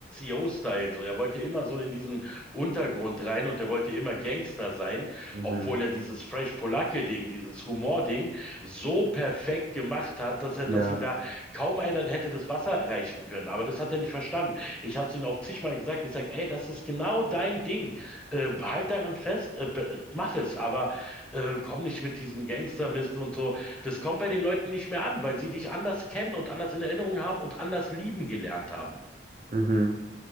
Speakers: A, in the centre; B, on the right (about 45°).
A: O style So, er wollte immer so in diesen Untergrund rein und er wollte immer Gangster sein,
B: mhm.
A: obwohl er dieses Fresh Polacke-Ding, dieses Humor-Ding so perfekt gemacht hat, dass er,
B: Ja,
A: dass ihn da kaum einer hätte das Wasser erreichen können. Aber das hat er nicht verstanden. Ich habe es ihnen auch zigmal gesagt. Ich sage, ey, das ist genau dein Ding. Äh, halt daran fest, äh, be- mach es, aber äh, komm nicht mit diesem Gangstermist und so. Das kommt bei den Leuten nicht mehr an, weil sie dich anders kennen und anders in Erinnerung haben und anders lieben gelernt haben.
B: mhm.